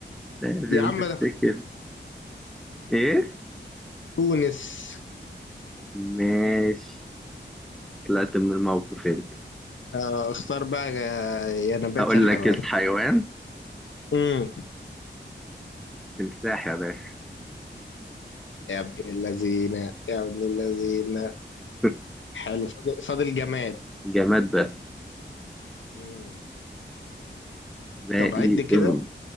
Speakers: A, in the centre; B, on the left.
A: لازم
B: يا عم
A: تفتكر
B: ده خد
A: ايه
B: تونس
A: ماشي طلعت من الموقف انت
B: آه، اختار بقى يا يا نبات
A: اقول
B: يا حيوان
A: لك الحيوان
B: امم
A: تمساح يا باشا
B: يا ابن اللذينة يا ابن اللذينة
A: <laughs>
B: حلو فاضل فاضل جماد
A: جماد بس
B: مم.
A: باقي
B: طب عد
A: دهون
B: كده